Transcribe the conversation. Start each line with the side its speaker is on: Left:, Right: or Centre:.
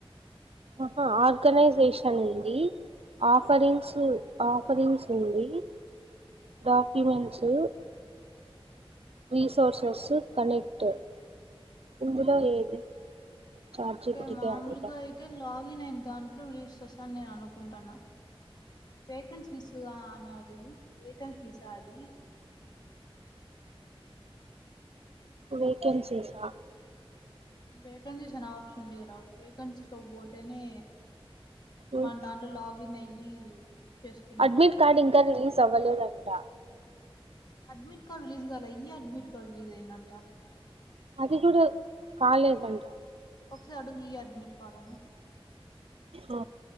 Right: ఆహ ఆర్గనైజేషన్ ఉంది ఆఫరింగ్స్ ఆఫరింగ్స్ ఉంది డాక్యుమెంట్స్ రిసోర్సెస్ కనెక్ట్ ఇందులో ఏది చాట్ జీపీటీకే
Left: తే మాములుగా
Right: అడుగుదాం
Left: అయితే లాగ్ గిన్ అయ్యింది దాంట్లో రీస్ చేస్తా అని నేను అనుకుంటన్న వేకన్సీస్ ఆ అని అడుగు వేకన్సీస్ ఆ అది
Right: వేకెన్సీస్ ఆ
Left: వేకన్సీస్ అన ఆప్షన్ ఉంది కదా వేకన్సీ లో పోతేనే
Right: ఉమ్.
Left: మన దన్లో లాగిన్ అయ్యి చేసుకునేకుంటది
Right: అడ్మిట్ కార్డ్ ఇంకా రిలీజ్ అవ్వలేదంట
Left: అడ్మిట్ కార్డు రిలీజ్ కాలే ఈ అడ్మిట్ కార్డు రిలీజ్ అయిందట
Right: అది కూడా కాలేజంట
Left: ఒకసారి అడుగు ఈ అడ్మిట్ కార్డ్ అని
Right: ఆ,